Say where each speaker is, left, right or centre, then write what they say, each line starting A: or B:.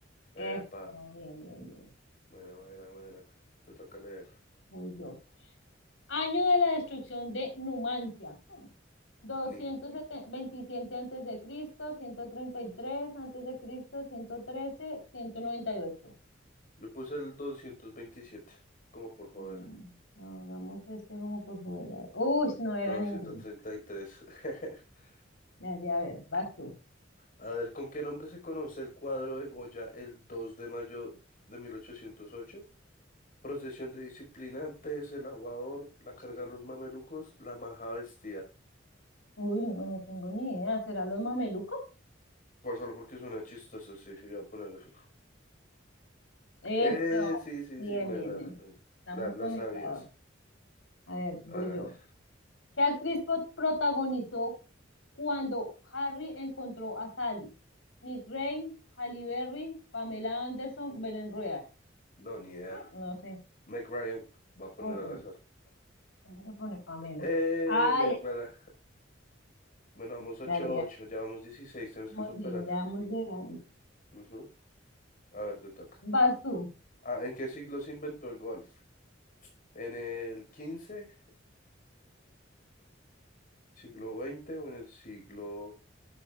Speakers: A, on the left (about 80°); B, on the left (about 45°).
A: Eso,
B: Epa,
A: bien, bien, bien.
B: buena, buena, buena. Te toca leer.
A: Voy yo. Año de la destrucción de Numancia. Hmm. 227
B: Ni,
A: antes de Cristo, 133 antes de Cristo, 113, 198.
B: yo puse el 227 como por joder.
A: Mm, Hagamos este como por fuera. Uy, no era
B: No, doscientos
A: ninguno.
B: treinta y tres <laughs>
A: Dale, a ver, vas tú.
B: A ver, ¿con qué nombre se conoce el cuadro de Goya el dos de mayo de mil ochocientos ocho Procesión de disciplinantes, el aguador, la carga de los mamelucos, la maja vestida.
A: Uy, no, no tengo ni idea. ¿Será los mamelucos?
B: Por solo porque suena chistoso, sí, yo voy a poner eso.
A: Eso,
B: Eh, sí, sí,
A: bien,
B: sí, me
A: bien,
B: la,
A: bien. Estamos
B: la, la
A: conectados.
B: sabías.
A: A ver, voy
B: Hágale.
A: yo. ¿Qué actriz po- protagonizó cuando Harry encontró a Sally? Mick Rain, Halle Berry, Pamela Anderson, Belén Rueda.
B: No, ni idea.
A: No sé,
B: Meg Ryan, va a
A: pon-
B: poner al azar.
A: ¿cómo se pone Pamela?
B: Eh,
A: Ay,
B: Meg, para- Bueno, vamos ocho
A: dale,
B: ocho ya vamos dieciséis tenemos
A: muy
B: que superar.
A: bien, ya vamos llegando.
B: Ujú. A ver, te toca.
A: Vas tú.
B: Ah, ¿en qué siglo se inventó el golf? ¿En el quince en el siglo cinco en el siglo veinte o en el siglo